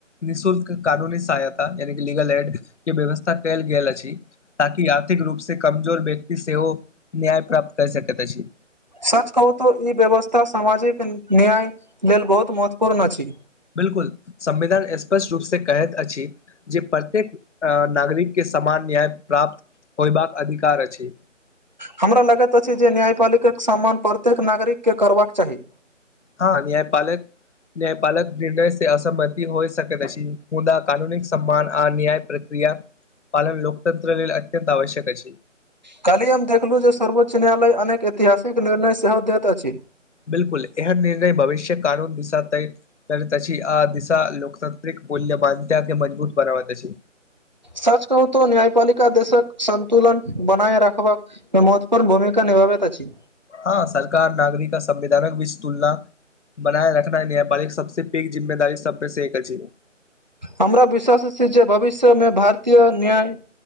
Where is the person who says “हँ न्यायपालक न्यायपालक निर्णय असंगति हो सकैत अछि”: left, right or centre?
Left